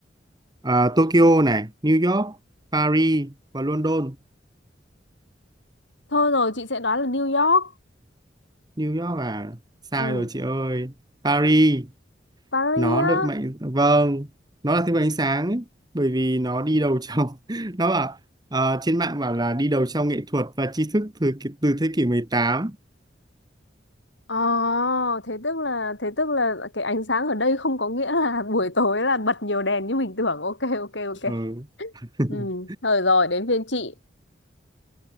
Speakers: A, on the right (about 20°); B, on the left (about 75°).
A: Ờ, Tokyo này New York Paris và London
B: thôi rồi chị sẽ đoán là New York
A: New York à sai
B: ừ
A: rồi chị ơi Paris
B: Paris
A: nó được
B: á
A: mệnh vâng nó là thứ bảy ánh sáng ấy, bởi vì nó đi đầu trong <laughs> nó bảo ờ, trên mạng bảo là đi đầu trong nghệ thuật và tri thức từ từ thế kỷ 18
B: ờ thế tức là thế tức là cái ánh sáng ở đây không có nghĩa là <laughs> buổi tối là bật nhiều đèn như mình tưởng ok ok ok
A: ừ. <laughs>
B: ừ thôi rồi đến phiên chị